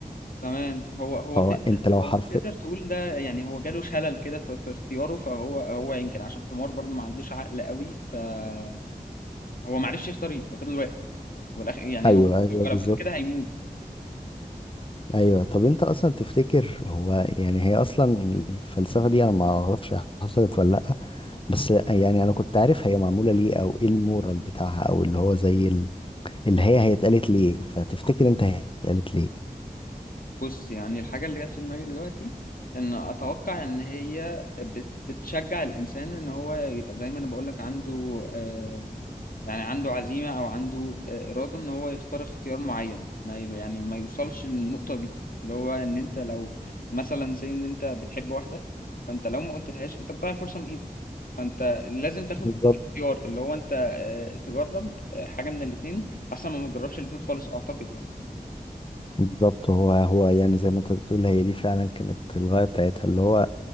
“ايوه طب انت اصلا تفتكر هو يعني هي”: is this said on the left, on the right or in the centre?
Left